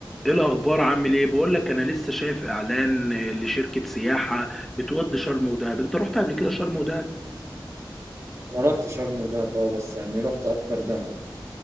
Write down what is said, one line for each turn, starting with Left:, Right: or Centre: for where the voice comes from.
Centre: ايه الاخبار عامل ايه بقول لك انا لسه شايف اعلان آه، لشركه سياحه بتودي شرم ودهب انت رحت قبل كده شرم ودهب
Right: انا رحت شرم ودهب اه بس يعني رحت اكتر دهب